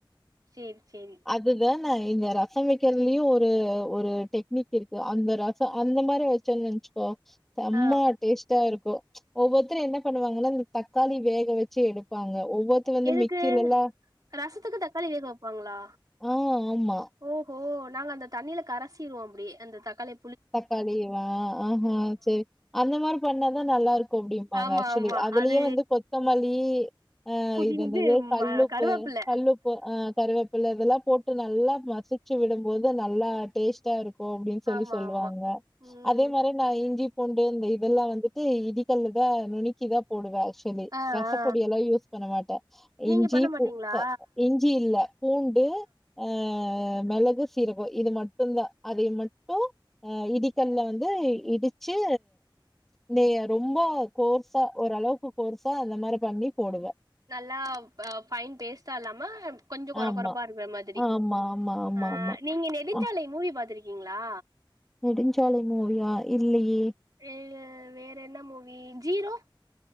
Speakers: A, on the right; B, in the centre.
A: சேரி சேரி
B: அதுதே ந இந்த ரசம் வைக்கிறதுலயு ஒரு ஒரு டெக்னிக் இருக்கு அந்த ரசோ அந்த மாரி வச் வச்சோன்நென்ச்கோ சம்ம
A: ஆ
B: டேஸ்ட்டா இருக்கு ச் ஒவ்வொருத்தரு என்ன பண்ணுவாங்கனா இந்த தக்காளி வேக வச்சி எடுப்பாங்க ஒவ்வொர் இது வந்து
A: எதுக்கு
B: மிக்ஸிலலா
A: ரசத்துக்கு தக்காளி வேக வப்பாங்களா
B: ஆ ஆமா
A: ஓஹோ நாங்க அந்த தண்ணியில கரைசிடுவோ அப்பிடியே அந்த தக்காளி
B: தக்காளியவா ஆஹ செரி அந்த மாரி பண்ணாதா நல்லா இருக்கு அப்பிடிப்பாங்க
A: ஆமா,
B: அக்ஸ்வலி
A: ஆமா.
B: அதுலயே
A: அது
B: வந்து கொத்தமல்லி ஆ
A: புதிந்து
B: இது என்னது கல்லுப்பு
A: ம கருவேப்பில.
B: கல்லுப்பு ஆ கருவே ப்பிலே இதெலா போட்டு நல்லா மசிச்சி விடும்போது நல்லா டேஸ்ட்டா இருக்கு அப்பிடின் சொல்லி
A: ஆமா,
B: சொல்லுவாங்க
A: ஆமா. ம்.
B: அதே மாரி நா இஞ்சி பூண்டு இந்த இதெல்லா வந்துட்டு இடிகல்ல தா நுனிக் கி தா போடுவே ஆக்ஸ்வலி
A: ஆ,
B: ரசப்பொடியலா
A: ஆ.
B: யூஸ் பண்ண மாட்டே
A: நீங்க
B: இஞ்சி
A: பண்ண மாட்டீங்களா?
B: பூ க இஞ்சி இல்ல பூண்டு ஆ மெளகு சீரக இது மட்டும் தா அதை மட்டும் ஆ இடிகல்ல வந்து இடிச்சு நீ ரொம்ப கோர்ஸா ஓரளவுக்கு கோர்ஸா அந்த மாரி பண்ணி போடுவ
A: நல்லா பைன் பேஸ்ட்டா இல்லாம கொஞ்ச கொற
B: ஆமா
A: கொறப்பா இருக்குற மாதிரி
B: ஆமா ஆமா ஆமா
A: ஆ
B: ஆமா
A: நீங்க நெதில் நெடுஞ்சாலை
B: அ
A: மூவி பாத்துருக்கீங்களா
B: நெடுஞ்சாலை மூவியா இல்லையே
A: ம் வேற என்ன மூவீ ஜீரோ